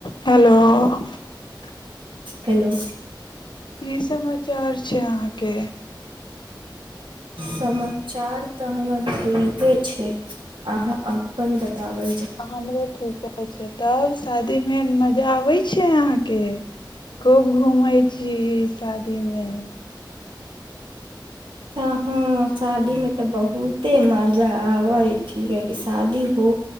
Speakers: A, on the left; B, on the right.
A: hello की
B: hello
A: समाचार छै अहाँके
B: समाचार तऽ हमर ठीके छैय अहाँ अपन ब- <unintelligible>
A: हमरो ठीके छैय तब शादी में मजा आबै छैय अहाँके खूब घूमै छी शादी मे
B: हँ हँ शादीमे तऽ बहुते मजा आबै छैय किया की शादी हो